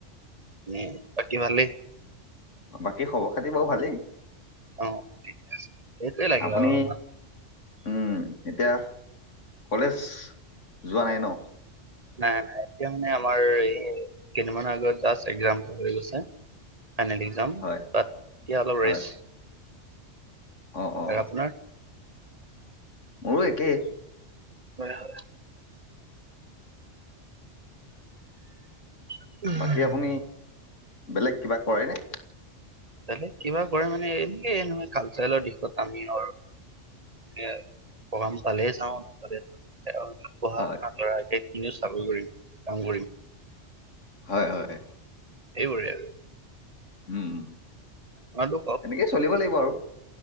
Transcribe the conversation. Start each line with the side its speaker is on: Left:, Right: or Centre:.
Right: উ বাকী ভালেই
Left: বাকী খবৰ খাতি বাৰু ভালেই।
Right: অ ঠিক আছে সেইটোৱে লাগে
Left: আপুনি
Right: আৱ
Left: উম এতিয়া কলেজ যোৱা নাই ন?
Right: নাই নাই। এতিয়া মানে আমাৰ এই কেইদিনমানৰ আগত জাস্ত একজাম হৈ গৈছে। ফাইনেল একজাম
Left: হয়
Right: তাত এতিয়া অলপ
Left: হয়
Right: ৰেষ্ট
Left: অ অ
Right: আৰু আপোনাৰ।
Left: মোৰো একেই।
Right: হয় হয়। হয়
Left: বাকী আপুনি বেলেগ কিবা কৰে নে।
Right: বেলেগ কিবা কৰে মানে এনেকে কালচাৰেলৰ দিশত আমি আৰ এয়া প্ৰগাম পালে যাওঁ। নেপালে পঢ়া শুনা
Left: হয়
Right: কৰা এতিয়া কিনো চাকৰি কৰিম কাম কৰিম।
Left: হয় হয়
Right: এইবোৰে আৰু
Left: উম।
Right: আপোনাৰতো
Left: এনেকেই চলিব লাগিব আৰু।